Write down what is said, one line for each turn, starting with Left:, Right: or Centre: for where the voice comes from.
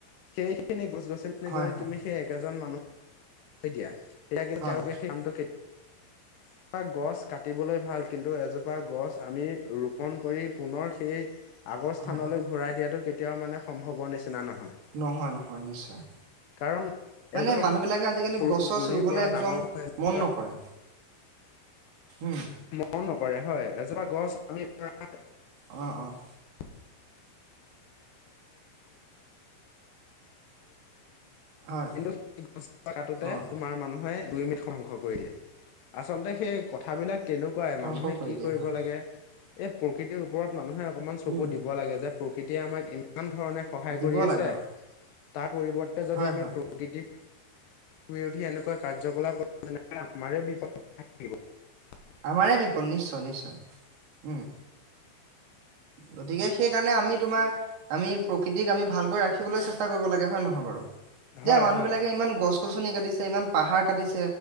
Left: সেইখিনি গছ গছ
Right: হয়
Left: যদি
Right: হয়
Left: তুমি সেই একেজন মানুহকে দিয়া তেতিয়া কিন্তু
Right: হয়
Left: তেওঁলোকে সেই কামটো এজোপা গছ কাটিবলৈ ভাল কিন্তু এজোপা গছ আমি ৰোপন কৰি পুনৰ সেই আগৰ স্থানলৈ
Right: হয়
Left: ঘূৰাই দিয়াটো কেতিয়াও মানে সম্ভৱৰ নিচিনা নহয়
Right: নহয় নহয় নিশ্চয়।
Left: কাৰণ
Right: মানে
Left: এজোপা
Right: মানুহবিলাকে আজিকালি
Left: সৰু
Right: গছ
Left: পুলিৰ
Right: চছ ৰুবলৈ
Left: পৰা
Right: একদম
Left: ডাঙৰ হৈ এজোপা
Right: মন নকৰে। উম।
Left: মৰম নকৰে হয় এজোপা গছ আমি ধৰা
Right: অ', অ'।
Left: <unintelligible>
Right: হয়
Left: কিন্তু গছ এটা কাটোতে
Right: অ
Left: তোমাৰ মানুহে দুই <unintelligible> কৰি দিয়ে আচলতে সেই কথাবিলাক তেনেকুৱাই
Right: ধ্বংস
Left: মানুহে
Right: কৰি
Left: কি
Right: দিয়া
Left: কৰিব
Right: হয়
Left: লাগে, এই প্ৰকৃতিৰ ওপৰত মানুহে অকমান চকু
Right: উম
Left: দিব লাগে যে প্ৰকৃতিয়ে আমাক ইমান ধৰণে সহায়
Right: দিব
Left: কৰি আছে,
Right: লাগে অ
Left: তাত পৰিৱৰ্তে যদি
Right: হয়
Left: আমি
Right: হয়
Left: প্ৰকৃতি বিৰোধী এনেকুৱা কাৰ্যকলাপ তেনে আমাৰে <unintelligible>
Right: <unintelligible> নিশ্চয় নিশ্চয়, উম। গতিকে সেইকাৰণে আমি তোমাৰ, আমি প্ৰকৃতিক আমি ভালকৈ ৰাখিবলৈ চেষ্টা কৰিব লাগে হয় নহয় বাৰু। এতিয়া
Left: হয়
Right: মানুহবিলাকে
Left: হয়
Right: ইমান গছ গছনি কাটিছে ইমান পাহাৰ কাটিছে। <unintelligible>